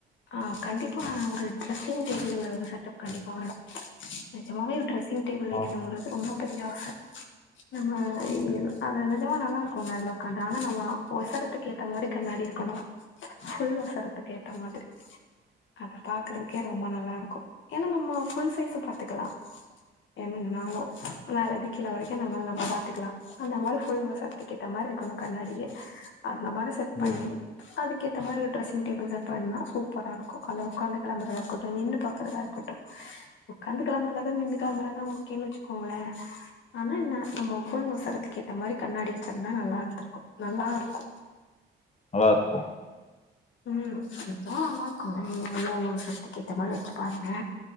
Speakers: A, on the left; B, on the left.
A: ஆ கண்டிப்பா ஆனா ஒரு டிரெஸ்ஸிங் டேபிள்ங்ற ஒரு செட்டப் கண்டிப்பா வேணு நெஜமாவே ஒரு ட்ரெஸ் ங் டேபிள்
B: ஆ
A: வெக்கனுங்கறது ரொம்ப பெரிய ஆச நம்ம அது நெஜமா நல்லாருக்குங்க அதுல ஒக்காந்தா ஆனா நம்ம ஒசரத்துக்கேத்த மாரி கண்ணாடி இருக்கனு ஃபுல் ஒசரத்துக்கேத்த மாரி அத பாக்கறதுக்கே ரொம்ப நல்லாருக்கு ஏனா நம்ம ஃபுல் சைஸ பாத்துக்கலா என்னனனாலு மேலந்து கீழ வரைக்கு நம்மள நம்ம பாத்துக்கலா அந்த மாரி ஃபுல் ஒசரத்துக்கேத்த மார்ருக்கனு கண்ணாடியே அந்த மாரி செட்
B: ம்
A: பண்ணி அதுக்கேத்த மாரி ஒரு டிரெஸிங் டேபிள் செட் பண்ணா சூப்பராருக்கு அல்ல ஒக்காந்து கெளம்பறதாருக்கட்டு நின்னு பாக்கறதா இருக்கட்டு ஒக்காந்து கெளம்புறத விட நின்னு கெளம்புறதா ஓகே ன் வச்சுக்கோங்ளே ஆனா என்ன நம்ம ஃபுல் ஒசரத்துக்கு ஏத்த மாரி கண்ணாடி வச்சுருந்தா நல்லாருந்திருக்கு நல்லாருக்கு
B: நல்லார்க்கு
A: ம் வச்சா நல்லாருக்கு நீங்ளு உங்க ஒசரத்துக்கேத்த மாரி வச்சு பாருங்க